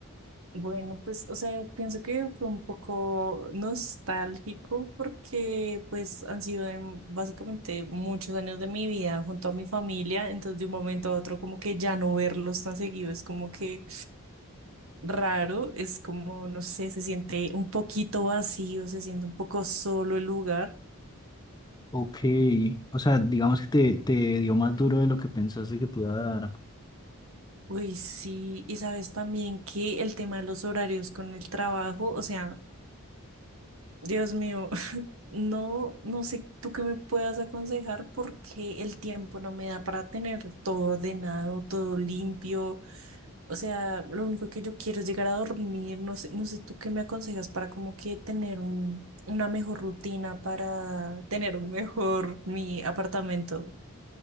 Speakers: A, on the right; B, on the left.
A: Bueno, pues, o sea, pienso que fue un poco nostálgico porque pues han sido em, básicamente muchos años de mi vida junto a mi familia, entonces de un momento a otro como que ya no verlos tan seguido es como que raro, es como, no sé, se siente un poquito vacío, se siente un poco solo el lugar.
B: Ok, o sea, digamos que te, te dio más duro de lo que pensaste que te iba a dar.
A: Uy, sí, y sabes también que el tema de los horarios con el trabajo, o sea, Dios mío, <laughs> no, no sé tú qué me puedas aconsejar porque el tiempo no me da para tener todo ordenado, todo limpio, o sea, lo único que yo quiero es llegar a dormir, no sé, no sé tú qué me aconsejas para como que tener un, una mejor rutina, para tener un mejor mi apartamento.